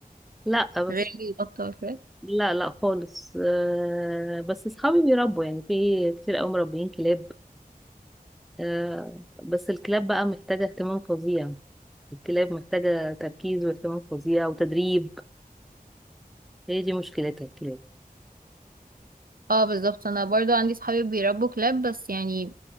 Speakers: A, in the centre; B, on the right.
A: لا بس
B: غير القطة والكلاب
A: لا لا خالص آه، بس اصحابي بيربوا يعني في كتير قوي مربيين كلاب آه، بس الكلاب بقى محتاجة اهتمام فظيع الكلاب محتاجة تركيز واهتمام فظيع وتدريب هي دي مشكلتها الكلاب
B: اه بالظبط انا برضو عندي صحابي بيربوا كلاب بس يعني